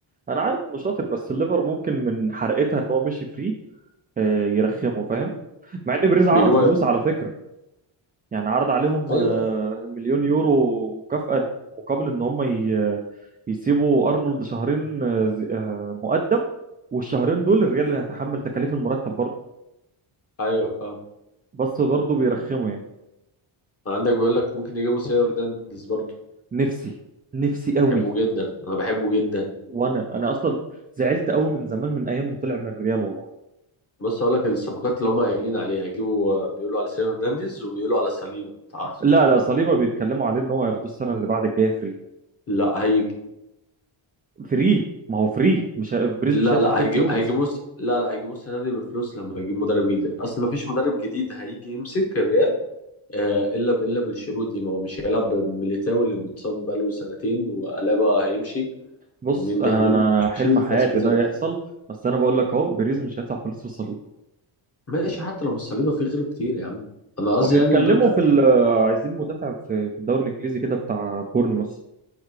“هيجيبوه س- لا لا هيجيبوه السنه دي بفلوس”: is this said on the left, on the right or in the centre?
Left